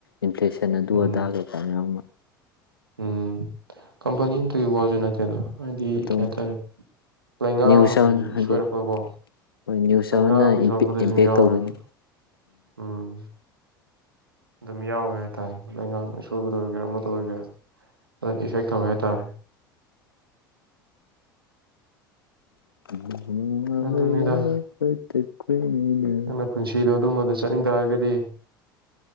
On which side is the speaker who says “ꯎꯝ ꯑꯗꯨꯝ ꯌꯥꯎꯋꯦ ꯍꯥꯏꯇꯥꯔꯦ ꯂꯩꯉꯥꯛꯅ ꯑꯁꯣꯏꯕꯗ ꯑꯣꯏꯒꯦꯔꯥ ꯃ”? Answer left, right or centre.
Right